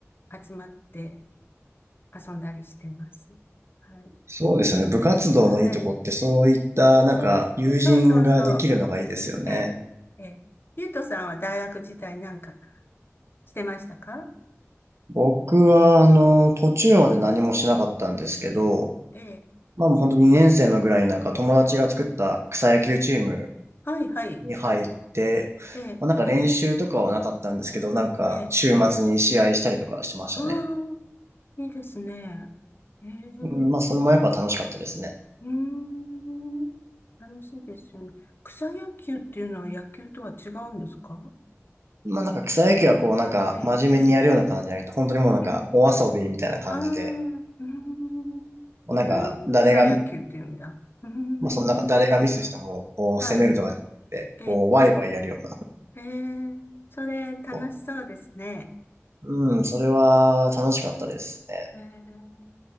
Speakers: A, on the left; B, on the right.
A: 集まって遊んだりしてます。はい。
B: そうですね。部活動のいいとこってそういったなんか友人ができるのがいいですよね。
A: はい。そう、そうそうそう。ええ、ええ。ゆうとさんは大学時代なんかしてましたか
B: 僕はあの、途中まで何もしなかったんですけど、
A: ええ、
B: まあもう本当2年生のぐらいになんか友達が作った草野球チーム
A: ええ。はい、はい。
B: に入って、
A: ええ、
B: まあ、なんか練習とかはなかったんですけど、なんか週末に試合したりとかしてましたね。
A: ええ。はあ、いいですね。ええ、う
B: うんまあそれもやっぱ楽しかったですね。
A: ーん。楽しいですよね。草野球っていうのは野球とは違うんですか
B: まあなんか草野球はこうなんか真面目にやるような感じじゃなくて、
A: ええ、
B: 本当にもうなんかお遊びみたいな感じで、
A: うん。ああ、うーん。
B: もうなんか誰が、
A: それを草野球って言うんだ。うーん。
B: まあそのなんか誰がミスしてもこう攻めるとかじゃなくて、
A: はい。ええ、
B: こうワイワイやるような。
A: ええ、それ楽しそうですね。
B: そう。うん、それは楽しかったですね。
A: うん。え